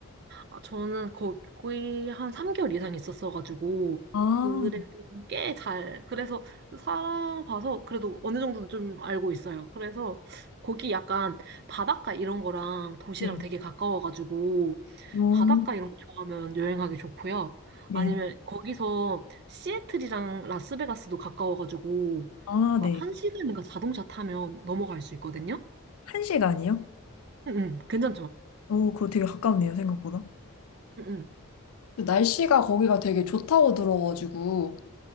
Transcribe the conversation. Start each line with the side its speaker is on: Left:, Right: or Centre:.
Right: 아, 저는 거- 기의한 3개월 이상 있었어가지고,
Left: 아.
Right: 그래도 꽤 잘, 그래서 살아봐서 그래도 어느 정도는 좀 알고 있어요. 그래서 거기 약간 바닷가 이런 거랑 도시랑
Left: 네.
Right: 되게 가까워가지고,
Left: 어,
Right: 바닷가 이런 거 좋아하면 여행하기 좋고요.
Left: 네네.
Right: 아니면 거기서 시애틀이랑 라스베가스도 가까워가지고,
Left: 아,
Right: 막
Left: 네.
Right: 한 시간인가 자동차 타면 넘어갈 수 있거든요?
Left: 한 시간이요?
Right: 응, 응, 괜찮죠?
Left: 오, 그거 되게 가깝네요, 생각보다.
Right: 응,
Left: 근데 날씨가 거기가 되게 좋다고 들어가지고.